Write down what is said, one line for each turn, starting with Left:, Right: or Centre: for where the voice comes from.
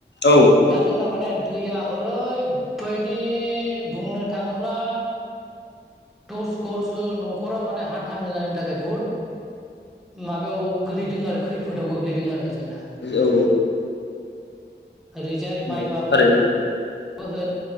Left: औ
Centre: दा जोंना माने दैया ओरै बेबायदि बुंनो थाङोब्ला दसकरसो न'खरा माने हान्था मेलानि थाखाय बुहुत माबायाव गोलैदों आरो खैफोदाव गोग्लैदों दों आरो जोंना
Left: औ
Centre: ओरैजाय
Left: नंगौ
Centre: माइबाबो
Left: थारैनो नोंथां
Centre: होन